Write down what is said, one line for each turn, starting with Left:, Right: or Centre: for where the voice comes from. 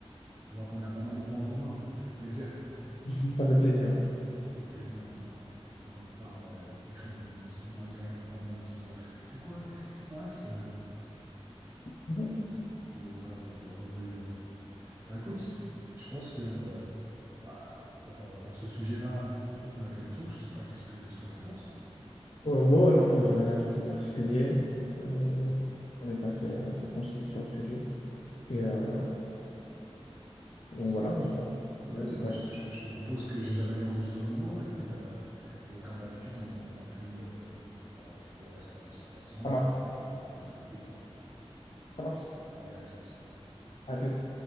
Right: je vois qu'on a pas mal de points en commun. Ça fait plaisir.
Left: <laughs> Ça fait plaisir.
Right: Ça fait plaisir, au moins, quand on parle euh, de quelque chose, on, on se comprend direct, on n'a pas besoin de se dire, c'est quoi, qu'est-ce qui se passe? Euh,
Left: Mhm.
Right: Donc voilà, ça fait vraiment plaisir. Bah écoute, je pense que euh, bah, pour, euh, pour ce sujet-là, je pense qu'on a fait le tour, je sais pas si ce que, ce que t'en penses.
Left: Euh, wow, non, moi j'ai rien à ajouter de particulier.
Right: Ok,
Left: Euh, on est assez, euh, assez concis sur le sujet.
Right: ok.
Left: Et euh, donc
Right: Ça
Left: voilà,
Right: marche.
Left: enfin,
Right: Bah,
Left: je
Right: vas-y,
Left: sais
Right: bah,
Left: ça.
Right: je, je te propose que j'arrête l'enregistrement et, euh, et comme d'habitude, on, on remplit, euh, on remplit le reste un petit peu ensemble
Left: Ça marche.
Right: et puis avant de valider, quoi.
Left: Ça marche.
Right: Allez, à toutes.
Left: À tout.